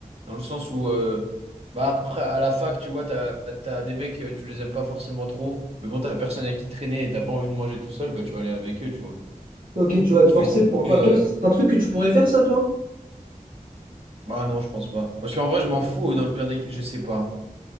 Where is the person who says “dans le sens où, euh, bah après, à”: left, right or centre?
Right